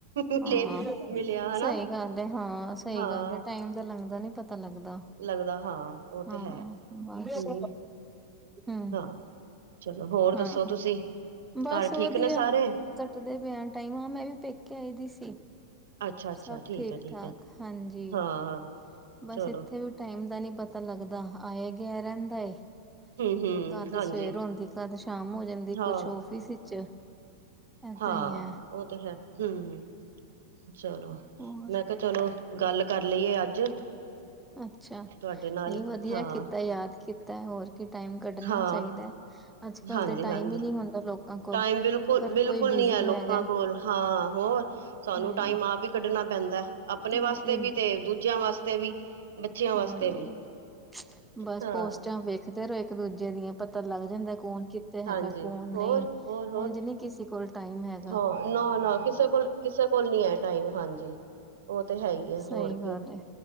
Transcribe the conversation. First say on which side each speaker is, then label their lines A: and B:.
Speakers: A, on the right; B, in the centre.
A: ਮਿਲੇ
B: ਹਾਂ
A: ਮਿਲਿਆ ਹਨਾ
B: ਸਈ ਗੱਲ ਐ ਹਾਂ ਸਈ
A: ਹਾਂ
B: ਗੱਲ ਐ, ਟਾਈਮ ਦਾ ਲੰਘਦਾ ਨੀ ਪਤਾ ਲੱਗਦਾ।
A: ਲੱਗਦਾ ਹਾਂ ਉਹ
B: ਹਾਂ
A: ਤੇ ਹੈ
B: ਬਸ।
A: ਹਮ
B: ਹੂੰ,
A: ਹਾਂ ਚਲੋ ਹੋਰ ਦੱਸੋ
B: ਹਾਂ
A: ਤੁਸੀਂ
B: ਬਸ
A: ਘਰ
B: ਵਧੀਆ।
A: ਠੀਕ ਨੇ ਸਾਰੇ
B: ਕੱਟਦੇ ਪਿਆ ਟਾਈਮ, ਆ ਮੈਂ ਵੀ ਪੇਕੇ, ਆਈ ਦੀ ਸੀ।
A: ਅੱਛਾ ਅੱਛਾ
B: ਸਭ ਠੀਕ
A: ਹੈ
B: -ਠਾਕ
A: ਹੈ
B: ਹਾਂਜੀ।
A: ਹਾਂ।
B: ਬਸ
A: ਚਲੋ
B: ਇੱਥੇ ਵੀ, ਟਾਈਮ ਦਾ ਨੀ ਪਤਾ ਲੱਗਦਾ ਆਇਆ ਗਿਆ ਰਹਿੰਦਾ ਏ।
A: ਹਮ ਹਮ
B: ਤੇ ਕਦ
A: ਹਾਂਜੀ
B: ਸਵੇਰ ਹੁੰਦੀ, ਕਦ ਸ਼ਾਮ ਹੋ ਜਾਂਦੀ,
A: ਹਾਂ
B: ਕੁਛ ਔਫਿਸ ਵਿੱਚ। ਏਦਾਂ
A: ਹਾਂ
B: ਹੀ ਹੈ
A: ਉਹ ਤੇ ਹੈ ਹੂੰ, ਚਲੋ
B: ਹੋਰ
A: ਮੈਂ ਕਹਿ ਚਲੋ, ਗੱਲ ਕਰ ਲਈਏ ਅੱਜ।
B: ਅੱਛਾ,
A: ਤੁਹਾਡੇ ਨਾਲ
B: ਨਈ ਵਧੀਆ
A: ਹਾਂ
B: ਕੀਤਾ ਯਾਦ ਕੀਤਾ ਹੋਰ ਕਿ ਟਾਈਮ ਕੱਢਣਾ
A: ਹਾਂ,
B: ਚਾਈਦਾ, ਅੱਜ-ਕੱਲ
A: ਹਾਂਜੀ-ਹਾਂਜੀ
B: ਤੇ ਟਾਈਮ ਈ ਨੀ ਹੁੰਦਾ ਲੋਕਾਂ ਕੋਲ।
A: ਟਾਈਮ ਬਿਲਕੁਲ-ਬਿਲਕੁਲ
B: ਹਰ ਕੋਈ ਬਿਜ਼ੀ
A: ਨੀ ਐ ਲੋਕਾਂ
B: ਹੈਗਾ
A: ਕੋਲ ਹਾਂ ਹੋਰ ਸਾਨੂੰ
B: ਹੂੰ
A: ਟਾਈਮ ਆਪ ਈ ਕੱਢਣਾ ਪੈਂਦਾ, ਆਪਣੇ ਵਾਸਤੇ
B: ਬਸ ਇੱਕ
A: ਵੀ, ਤੇ ਦੂਜਿਆਂ ਵਾਸਤੇ ਵੀ। ਬੱਚਿਆਂ ਵਾਸਤੇ
B: ਹੂੰ
A: ਵੀ
B: ਬਸ
A: ਹਾਂ-ਹਾਂ,
B: ਪੋਸਟਾਂ, ਵੇਖਦੇ ਰਹੋ ਇੱਕ-ਦੂਜੇ ਦੀਆਂ। ਪਤਾ ਲੱਗ ਜਾਂਦਾ ਕੌਣ, ਕਿੱਥੇ
A: ਹਾਂਜੀ
B: ਹੈਗਾ ਕੌਣ
A: ਹੋਰ-ਹੋਰ-ਹੋਰ
B: ਨਈ, ਉਂਜ ਨੀ ਕਿਸੇ ਕੋਲ ਟਾਈਮ ਹੈ।
A: ਹਾਂ ਨਾਂ-ਨਾਂ ਕਿਸੇ ਕੋਲ ਕਿਸੇ ਕੋਲ ਨੀ ਐ, ਟਾਈਮ ਹਾਂਜੀ ਉਹ ਤੇ ਹੈ ਈ ਐ।
B: ਸਈ
A: ਹੋਰ
B: ਗੱਲ
A: ਕੀ
B: ਏ,